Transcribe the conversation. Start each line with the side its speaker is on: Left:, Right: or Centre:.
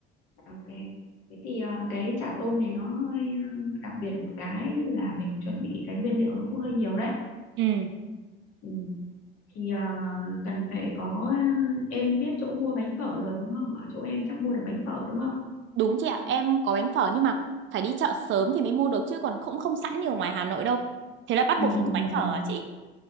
Left: Ok. Thế thì à, cái chả tôm này nó hơi ờ, đặc biệt một cái là mình chuẩn bị cái nguyên liệu nó cũng hơi nhiều đấy.
Right: Ừ,
Left: Ừ. Thì à, cần phải có em biết chỗ mua bánh phở rồi đúng không? Ở chỗ em chắc mua được bánh phở đúng không?
Right: đúng chị ạ, em có bánh phở nhưng mà phải đi chợ sớm thì mới mua được chứ còn cũng không sẵn như ở ngoài Hà Nội đâu. Thế là bắt
Left: Ừ,
Right: buộc
Left: ừ,
Right: phải có bánh phở
Left: ừ.
Right: à chị?